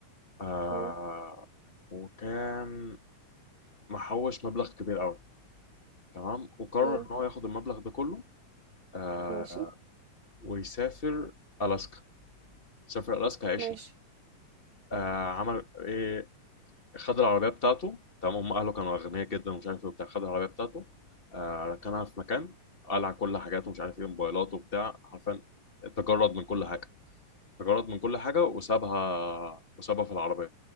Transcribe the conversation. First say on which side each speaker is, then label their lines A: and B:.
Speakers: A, on the left; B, on the right.
A: آه
B: مم.
A: وكان محوش مبلغ كبير قوي تمام وقرر
B: مم.
A: ان هو ياخد المبلغ ده كله آه
B: ماشي
A: ويسافر الاسكا سافر الاسكا عشرة
B: ماشي
A: آه عمل ايه خد العربيه بتاعته تمام هم اهله كانوا اغنياء جدا ومش عارف ايه وبتاع خد العربيه بتاعته آه ركنها في مكان قلع كل حاجاته مش عارف ايه موبايلاته وبتاع حرفيا تجرد من كل حاجه تجرد من كل حاجه وسابها وسابها في العربيه